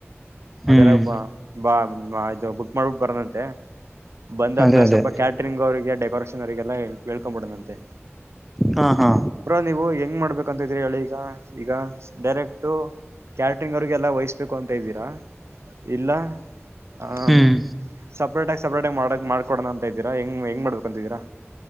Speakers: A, on the right; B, in the centre.
A: ಅದ್ರ
B: ಹ್ಮ್
A: ಬ ಬಾ ಇದು ಬುಕ್ ಮಾಡ್ಬಿಟ್ಟು ಬರದಂತೆ ಬಂದಾದ್ಮೇಲೆ
B: ಅದೇ ಅದೇ
A: ಸ್ವಲ್ಪ ಕ್ಯಾಟ್ರಿಂಗ್ ಅವ್ರಿಗೆ ಡೆಕೋರೇಷ ರಿಗೆಲ್ಲ ಹೇಳ್ಕೊಂಬಿಡದಂತೆ
B: ಹಾ ಹಾ
A: ಬ್ರೊ ನೀವು ಹೆಂಗ್ ಮಾಡ್ಬೇಕ್ ಕಂತಿದೀರಿ ಹೇಳಿ ಈಗ ಈಗ ಡೈರೆಕ್ಟ್ ಕ್ಯಾಟ್ರಿಂಗ್ ಅವ್ರಿಗೆಲ್ಲಾ ವಹಿಸ್ಬೇಕು ಅಂತ ಇದ್ದೀರ. ಇಲ್ಲ ಅಂ
B: ಹ್ಮ್
A: ಸ ಸಪ್ರೇಟ ಆಗ್ ಸಪ್ರೆಟ್ ಆಗ್ ಮಾಡಕ್ ಮಾಡ್ಕೊಡಣ ಅಂತ ಇದ್ದೀರ ಹೆಂಗ್ ಹೆಂಗ್ ಮಾಡ್ಬೇಕು ಅಂತಿದಿರ.